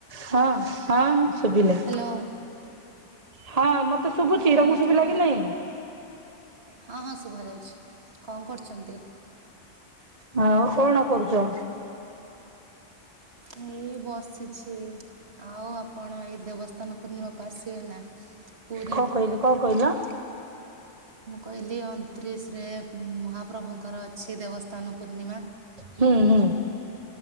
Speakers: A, on the right; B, on the right.
A: ହ ହ ସୁବିଲା।
B: ହ୍ୟାଲୋ
A: ହଁ ମତେ ଶୁଭୁଛି
B: ଆଉ
A: ରଙ୍ଗ
B: ଆପଣ
A: ଶୁଭିଲା କି
B: ର
A: ନାଇଁ।
B: ହଁ ହଁ ଶୁଭା ଯାଉଛି କଣ କରୁଛନ୍ତି?
A: ହଉ କଣ କରୁଛ?
B: ହେଇ ବସିଛି ଆଉ ଆପଣ ଏଇ ଦେବସ୍ଥାନ ପୂର୍ଣ୍ଣିମାକୁ ଆସିବେ ନା। ପୁରୀ
A: କଣ କହିଲି କଣ କହିଲ?
B: ମୁଁ କହିଲି ଅଣତିରିଶ ରେ ମହାପ୍ରଭୁଙ୍କର ଅଛି ଦେବସ୍ଥାନ ପୂର୍ଣ୍ଣିମା।
A: ହୁଁ ହୁଁ।